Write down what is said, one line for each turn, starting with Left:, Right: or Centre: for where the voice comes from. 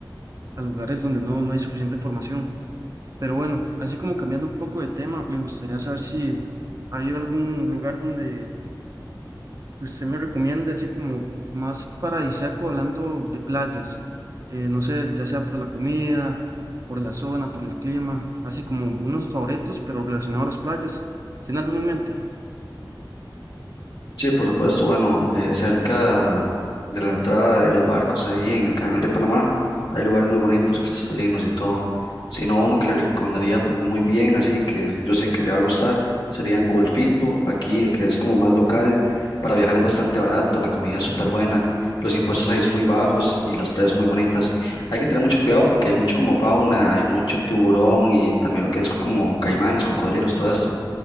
Right: a lugares donde no, no hay suficiente información. Pero bueno, así como cambiando un poco de tema, me gustaría saber si hay algún lugar donde Usted me recomienda así como más paradisíaco hablando de playas, eh, no sé, ya sea por la comida, por la zona, por el clima, así como unos favoritos, pero relacionado a las playas. ¿Tiene alguno en mente?
Left: Sí, por supuesto, bueno, eh, cerca de la entrada de los barcos ahí en el canal de Panamá hay lugares muy bonitos, cristalinos y todo. Si no, uno que le recomendaría pues muy bien, así que yo sé que le va a gustar, serían Golfito, aquí que es como más local, para viajar es bastante barato, la comida es súper buena, los impuestos ahí son muy bajos y las playas son muy bonitas. Hay que tener mucho cuidado porque hay mucho como fauna, hay mucho tiburón y también lo que es co- como caimanes, cocodrilos, todo esto